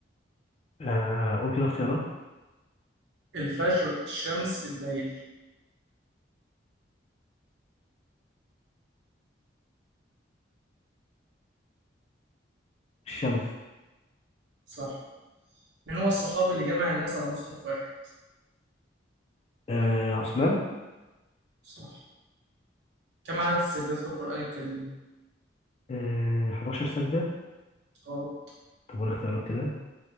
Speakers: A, on the left (about 30°); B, on the right (about 70°).
A: آه قول كده اختيارات
B: الفجر الشمس الليل
A: الشمس
B: صح مين هو الصحابي اللي جمع الناس على مصحف واحد
A: آه عثمان
B: صح كم عدد السجدات في القرآن الكريم
A: آه 11 سجدة
B: غلط
A: طب والاختيارات كده